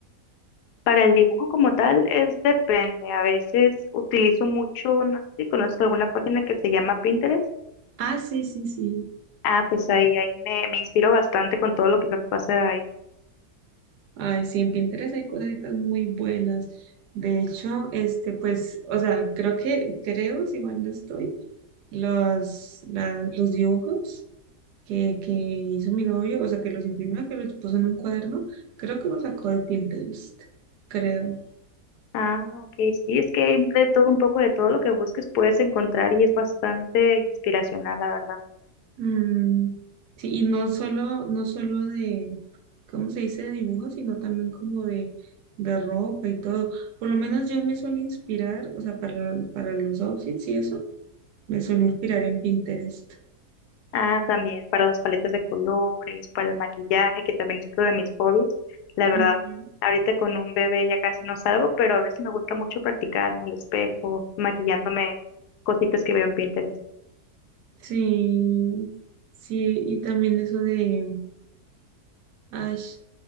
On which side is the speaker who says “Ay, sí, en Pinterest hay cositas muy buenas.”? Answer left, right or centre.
Right